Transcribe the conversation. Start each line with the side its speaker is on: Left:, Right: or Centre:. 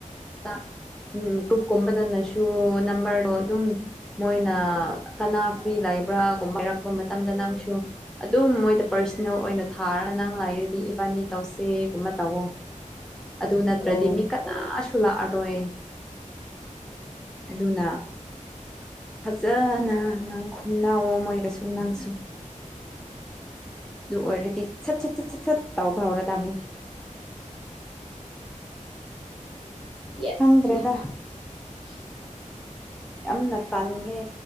Centre: ꯇꯥ ꯎꯝ ꯀꯨꯞꯀꯨꯝꯕꯅꯁꯨ ꯅꯝꯕꯔꯗꯣ ꯑꯗꯨꯝ ꯃꯣꯏꯅ ꯀꯅꯥ ꯐ꯭ꯔꯤ ꯂꯩꯕ꯭ꯔꯥꯒꯨꯝꯕ ꯍꯥꯔꯛꯄ ꯃꯇꯝꯗꯥ ꯅꯪꯁꯨ ꯑꯗꯨꯝ ꯃꯣꯏꯗ ꯄꯔꯁꯣꯅꯦꯜ ꯑꯣꯏꯅ ꯊꯥꯔꯒ ꯅꯪ ꯂꯩꯔꯤꯗꯤ ꯏꯕꯥꯅꯤ ꯇꯧꯁꯦꯒꯨꯝꯕ ꯇꯧꯋꯣ
Right: <inaudible>
Centre: ꯑꯗꯨ ꯅꯠꯇ꯭ꯔꯥꯗꯤ
Right: ꯑꯧ
Centre: ꯃꯤ ꯀꯅꯥꯁꯨ ꯂꯥꯛꯑꯔꯣꯏ ꯑꯗꯨꯅ
Right: ꯎꯝ
Centre: ꯐꯖꯅ ꯉꯥꯡ ꯈꯨꯝꯅꯋꯣ ꯃꯣꯏꯒꯥꯁꯨ ꯅꯪꯁꯨ ꯑꯗꯨ ꯑꯣꯏꯔꯗꯤ ꯁꯠ ꯁꯠ ꯁꯠ ꯁꯠ ꯁꯠ ꯇꯥꯎꯕ ꯍꯧꯔꯗꯥꯕꯅꯤ
Right: ꯌꯦꯁ
Centre: ꯈꯪꯗ꯭ꯔꯦꯗ
Right: <inaudible>
Centre: ꯌꯥꯝꯅ ꯇꯜꯂꯦ